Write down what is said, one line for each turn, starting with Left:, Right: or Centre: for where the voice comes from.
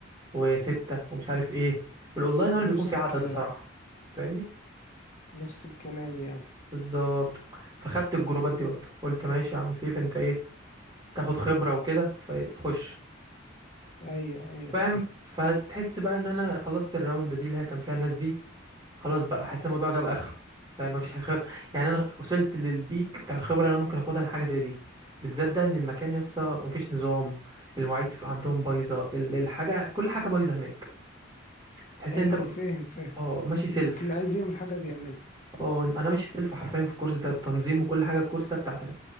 Right: و6 ومش عارف ايه والاونلاين هو
Left: نفس
Right: اللي بيكون فيه
Left: الكلام
Right: عدد بصراحة فاهمني
Left: نفس الكلام يعني
Right: بالظبط فخدت الجروبات دي برضه قلت ماشي يا عم سيف انت ايه تاخد خبرة وكده فخش
Left: ايوه ايوه
Right: فاهم
Left: فاهم
Right: فتحس بقى ان انا خلصت الراوند دي اللي هي كان فيها الناس دي خلاص بقى حاسس الموضوع جاب اخره فاهم مفيش خ... يعني انا وصلت للبيك بتاع الخبرة اللي انا ممكن اخدها من حاجة زي دي بالذات ده ان المكان يا اسطى مفيش نظام المواعيد عندهم بايظة ال- الحاجة كل حاجة بايظة هناك تحس
Left: ايوه
Right: ان انت م-
Left: فاهم فاهم
Right: اه ماشي
Left: تحس
Right: سيلف
Left: ان اللي عايز يعمل حاجه بيعملها
Right: اه انا ماشي سيلف حرفيا في الكورس ده التنظيم وكل حاجه الكورس ده بتاعتي انا